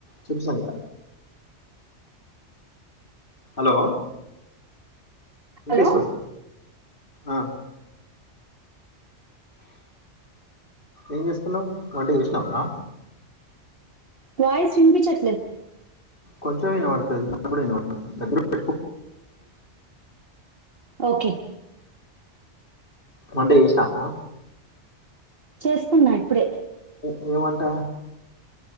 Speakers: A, on the left; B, on the right.
A: చెప్పు Sanitha hello! ఇనిపిస్తుంది
B: Hello
A: ఆ. ఏం చేస్తున్నావు వంట చేసినావా?
B: వాయస్ వినిపించట్లేదు.
A: కొంచెం విన పడుతుంది <unintelligible> దగ్గర పెట్టుకో
B: ఓకే.
A: వంటచేసినావా?
B: చేస్తున్నా, ఇప్పుడే.
A: ఏ వంట?